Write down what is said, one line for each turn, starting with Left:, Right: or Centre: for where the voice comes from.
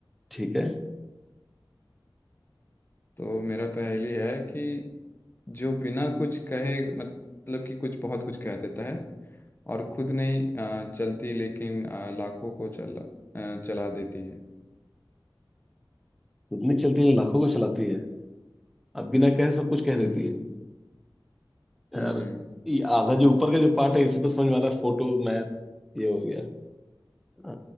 Centre: ठीक है
Left: तो मेरा पहेली है कि जो बिना कुछ कहे मतलब कि कुछ बहुत कुछ कह देता है और खुद नहीं अ, चलती लेकिन अ, लाखों को चला अ, चला देती है
Centre: उतनी चलती है लाखों को चलाती है अब बिना कहे सब कुछ कह
Left: हम्म
Centre: देती
Left: हम्म
Centre: है यार
Left: हम्म हम्म।
Centre: ये आधा जो ऊपर का जो पार्ट है इसे तो समझ में आ रहा है फोटो मैथ ये हो गया अ,